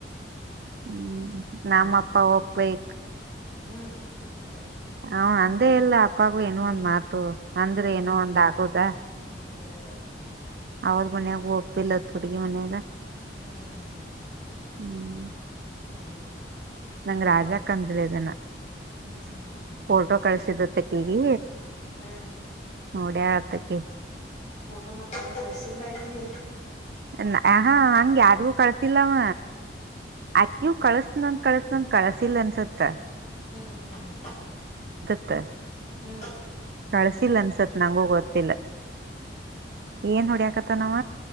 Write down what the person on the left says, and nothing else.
ಹ್ಞೂ
ಹ್ಮ್ ಹ್ಮ್.
ಹೆ ಅದೆಲ್ಲ.
ಹ್ಮ್ ಹ್ಮ್ ಹ್ಮ್ ಹ್ಮ್.
ಹ್ಮ್
ಅಂತ
ಹ್ಮ್ ಹ್ಮ್ ಹ್ಮ್ ಹ್ಮ್ ಹ್ಮ್
ನಂಗೆ ಹಾ
ಫಟೋ ಮತ್ <unintelligible> ಕಳ್ಸಿಲ್ಲ ಆಕಿ.
ಹ್ಮ್ ಹ್ಮ್ ಹ್ಮ್ ಹ್ಮ್.
ಹ್ಮ್